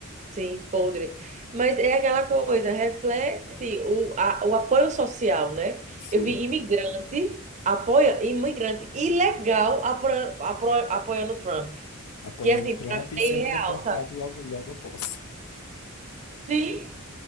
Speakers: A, on the right; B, on the left.
A: Sim, podre. Mas é aquela coisa, reflete o, a- o apoio social, né?
B: Sim,
A: Eu vi imigrante apoia imigrante ilegal apro, apro, apoiando Trump,
B: apoiando
A: que assim,
B: Trump
A: para mim
B: e
A: é
B: sendo
A: irreal,
B: deportado
A: sabe?
B: logo, logo após.
A: Sim.